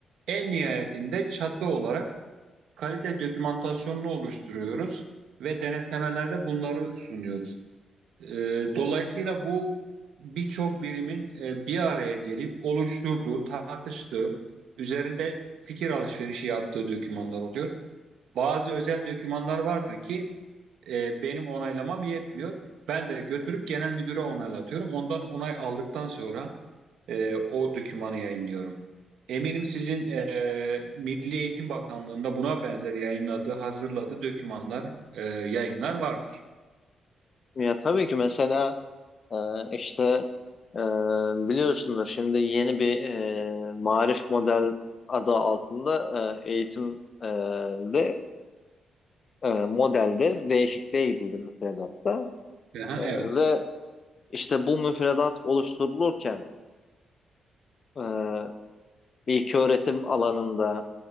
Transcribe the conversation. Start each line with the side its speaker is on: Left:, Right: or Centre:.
Right: En nihayetinde çatı olarak kalite dokümantasyonunu oluşturuyoruz ve denetlemelerde bunları sunuyoruz. Ee, dolayısıyla bu birçok birimin e, bir araya gelip oluşturduğu, tartıştığı, üzerinde fikir alışverişi yaptığı dokümanlar oluyor. Bazı özel dokümanlar vardır ki e, benim onaylamam yetmiyor. Ben de götürüp genel müdüre onaylatıyorum. Ondan onay aldıktan sonra e, o dokümanı yayınlıyorum. Eminim sizin e, Milli Eğitim Bakanlığı'nda buna benzer yayınladığı, hazırladığı dokümanlar, e, yayınlar vardır.
Left: Ya tabii ki mesela e, işte e, biliyorsunuz şimdi yeni bir e, Maarif model adı altında e, eğitim e, de e, modelde değişikliğe gidildi müfredatta.
Right: Aha,
Left: E,
Right: evet.
Left: ve işte bu müfredat oluşturulurken e, ilköğretim alanında